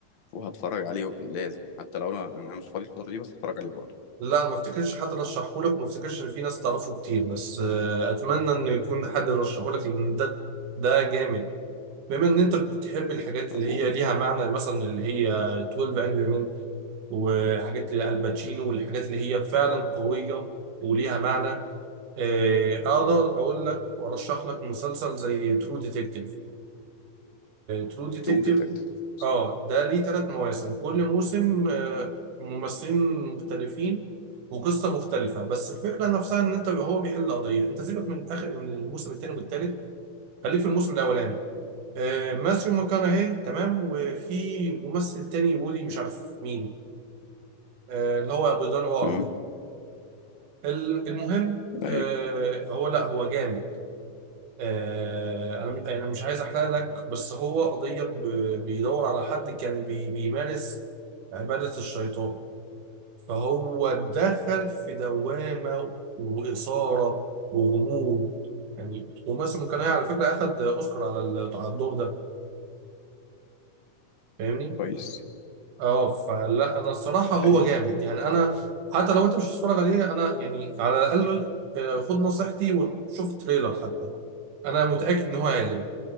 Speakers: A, on the left; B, on the right.
A: وهتفرج عليه لازم حتى لو انا انا مش فاضي الفترة دي بس هتفرج عليه برضه
B: لا ما افتكرش حد رشحه لك وما افتكرش ان في ناس تعرفه كتير بس آه اتمنى ان يكون حد رشحه لك لان ده ده جامد بما ان انت بتحب الحاجات
A: طب
B: اللي هي
A: قول
B: ليها معنى مثلا اللي هي 12 انجري مان وحاجات الباتشينو والحاجات اللي هي فعلا قويه وليها معنى آه، اقدر اقول لك وارشح لك مسلسل زي ترو ديتكتيف ترو ديتكتيف
A: تو ديتكتيف
B: اه ده ليه ثلاث مواسم كل موسم آه، ممثلين مختلفين وقصة مختلفة بس الفكرة نفسها ان انت هو بيحل قضية انت سيبك من اخر من الموسم الثاني والثالث خليك في الموسم الاولاني آه، ماثيو ماكونهي تمام وفي ممثل تاني بودي مش عارف مين آه، اللي هو ابو دان ورا
A: امم
B: ده ال- المهم
A: ايوه
B: آه، هو لا هو جامد آه، انا يعني مش عايز احرق لك بس هو قضيه ب- بيدور على حد كان بي- بيمارس عباده الشيطان فهو دخل في دوامه واثاره وغموض يعني وماثل ممكن على فكره اخد اوسكار على ال- على الدور ده فاهمني
A: كويس
B: اه فلا انا الصراحه هو
A: ايوه
B: جامد يعني انا حتى لو انت مش هتتفرج عليه انا يعني على الاقل آه، خد نصيحتي وشوف تريلر حتى انا متاكد ان هو هيعجبك